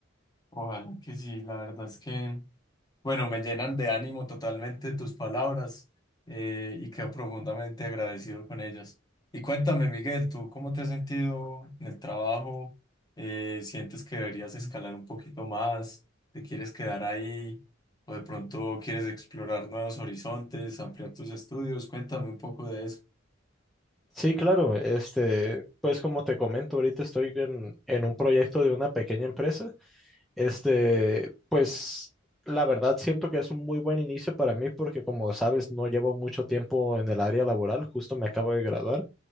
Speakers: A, on the left; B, in the centre.
A: Ojalá que sí, la verdad es que Bueno, me llenan de ánimo totalmente tus palabras eh, y quedo profundamente agradecido con ellas. Y cuéntame, Miguel, ¿tú cómo te has sentido en el trabajo? Eh, ¿sientes que deberías escalar un poquito más? ¿Te quieres quedar ahí? ¿O de pronto quieres explorar nuevos horizontes, ampliar tus estudios? Cuéntame un poco de eso.
B: Sí, claro. Este, pues como te comento, ahorita estoy en, en un proyecto de una pequeña empresa. Este, pues la verdad siento que es un muy buen inicio para mí porque como sabes, no llevo mucho tiempo en el área laboral, justo me acabo de graduar.